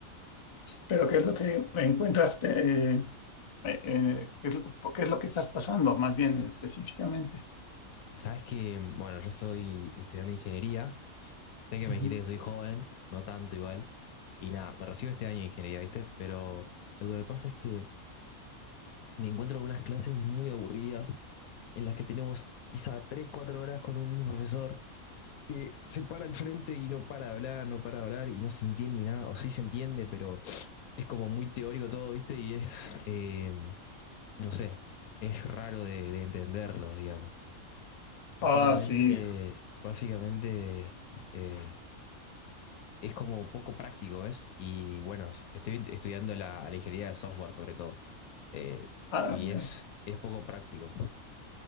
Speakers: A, on the left; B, on the left.
A: Pero ¿qué es lo que me encuentras? eh, eh, eh, ¿qué es lo qué es lo que estás pasando, más bien específicamente?
B: Sabes que, mm, bueno, yo soy estudiante de ingeniería Sé que me
A: Ujú.
B: dijiste que soy joven, no tanto igual. Y nada, me recibo este año de ingeniería, ¿viste? Pero lo que me pasa es que me encuentro en unas clases muy aburridas, en las que tenemos quizá 3 4 horas con un mismo profesor, que se para al frente y no para de hablar, no para de hablar y no se entiende nada, o sí se entiende, pero es como muy teórico todo, ¿viste? Y es, eh, no sé, es raro de, de entenderlo, digamos. Básicamente,
A: Ah, sí.
B: básicamente eh, es como poco práctico, ¿ves? Y bueno, estoy estudiando la, la ingeniería de software sobre todo. Eh,
A: Ah,
B: y es,
A: ya.
B: es poco práctico.